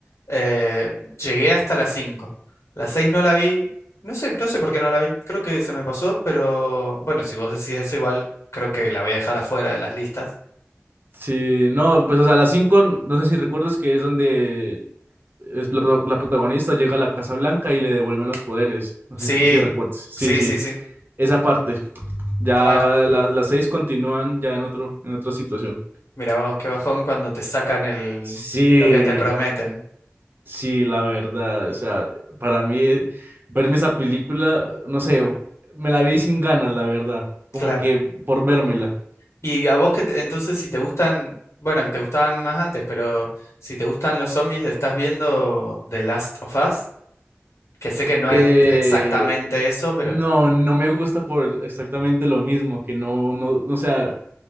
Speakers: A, on the left; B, on the right.
A: Eh, llegué hasta las 5. Las 6 no la vi, no sé, no sé por qué no la vi, creo que se me pasó, pero bueno, si vos decís eso, igual creo que la voy a dejar afuera de las listas.
B: sí, no, pues o sea, las cinco no sé si recuerdas que es donde es la, pro- la protagonista llega a la Casa Blanca y le devuelven los poderes. No
A: Sí,
B: sé si, si recuerdas. Sí,
A: sí,
B: sí.
A: sí, sí.
B: esa parte. Ya
A: Claro.
B: la- las seis continúan ya en otro, en otra situación.
A: Mira vos, qué bajón cuando te sacan el
B: Sí,
A: lo que te prometen.
B: sí, la verdad. O sea, para mí, verme esa película, no sé, me la vi sin ganas, la verdad. Como
A: Claro.
B: que por vérmela.
A: Y a vos que te- entonces si te gustan, bueno, que te gustaban más antes, pero si te gustan los zombies, estás viendo The Last of Us, que sé que no
B: Eh,
A: es exactamente eso, pero
B: no, no me gusta por exactamente lo mismo, que no, no, o sea,